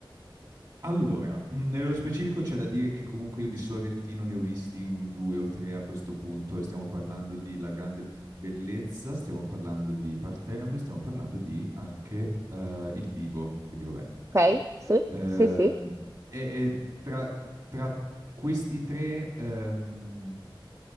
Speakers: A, on the right (about 50°); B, on the right (about 35°).
A: Allora, mh, nello specifico c'è da dire che comunque io di Sorrentino ne ho visti u- due o tre a questo punto e stiamo parlando di La Grande Bellezza, stiamo parlando di Partenope, stiamo parlando di anche eh, Il Divo, quindi vabbè, insomma.
B: Ok? Sì?
A: Ehm,
B: Sì, sì.
A: e, e tra, tra questi tre, ehm,